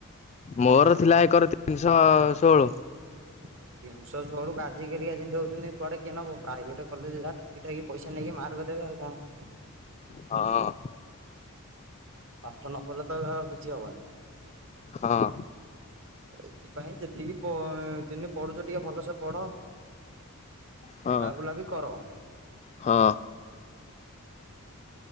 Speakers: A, on the left (about 30°); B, on the right (about 60°).
A: ମୋର ଥିଲା ଏକର ତିନିଶହ ଷୋହଳ।
B: <unintelligible> ତିନିଶହ ଷୋହଳ ଆଜିି କାଲିକା ଯେମିଟିହୋଉଚନ୍ତି କୁଆଡେ କିଏ ନବ। ପ୍ରଇଭେଟ କଲେଜ ଯାହା ଠକି ଠାକି ପଇସା ନେଇକି ମାର୍ଗ ଦେବେ ଆଉ କଣ।
A: ହଁ
B: ପାଠ ନପଲେ ତ ଆଉ କିଛି ହବନି।
A: ହଁ
B: ଏଥିପାଇଁ ଯେତିକି ପ ଦିନି ପଢୁଚ ଟିକେ ଭଲସ ପଢ। ଖେଳା
A: ହଁ।
B: ବୁଲା ବି କର।
A: ହଁ